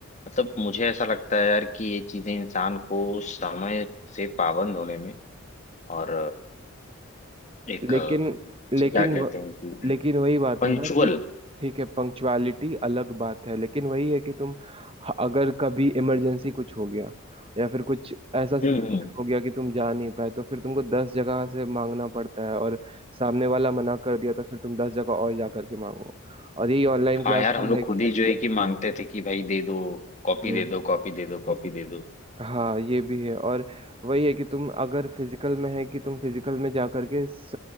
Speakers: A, on the left; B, on the right.
A: मतलब मुझे ऐसा लगता है यार कि ये चीजें इंसान को समय से पाबंद होने में और एक
B: लेकिन लेकिन
A: से क्या कहते
B: व,
A: हैं कि
B: लेकिन वही बात
A: पंचुअल
B: है ना कि ठीक है पंक्चुअलिटी अलग बात है लेकिन वही है कि तुम ह- अगर कभी इमरजेंसी कुछ हो गया या फिर कुछ ऐसा सिचुएशन
A: हम्म हम्म।
B: हो गया कि तुम जा नहीं पाए तो फिर तुमको दस जगह से मांगना पड़ता है और सामने वाला मना कर दिया तो फिर तुम दस जगह और जा करके मांगो और यही ऑनलाइन
A: हाँ
B: क्लास
A: यार हम
B: का
A: लोग
B: है कि
A: खुद ही जो है कि मांगते थे कि भाई दे दो कॉपी
B: हम्म
A: दे दो कॉपी दे दो कॉपी दे दो
B: हाँ ये भी है और वही है कि तुम अगर फिजिकल में है कि तुम फिजिकल में जा करके स,